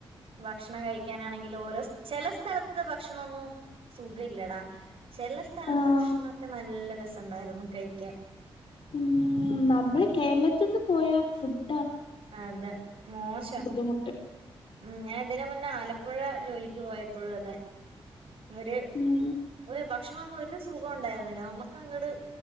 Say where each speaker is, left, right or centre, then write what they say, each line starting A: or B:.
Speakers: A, on the right; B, on the left.
A: ഭക്ഷണം കഴിക്കാനാണെങ്കിലോരോ സ് ചെല സ് സ്ഥലത്തെ ഭക്ഷണൊന്നും സുഖ ഇല്ലടാ ചെല സ്ഥലത്തെ
B: ആഹ്
A: ഭക്ഷണമൊക്കെ നല്ല രസോണ്ടായിരുന്നു കഴിക്കാൻ
B: ഉം നമ്മളെ കേരളത്തീന്ന് പോയാ ഫുഡ്
A: അതെ മോശം
B: ബുദ്ധിമുട്ട്
A: ഉം ഞാൻ ഇതിനു മുന്നേ ആലപ്പ് പ്പുഴാ ജോലിക്ക് പോയപ്പഴും അതെ ഒരു
B: ഉം
A: ഒരു ഭക്ഷണം ഒന്നും ഒരു സുഖോണ്ടായി വെല നമുക്കങ്ങോട്ടെ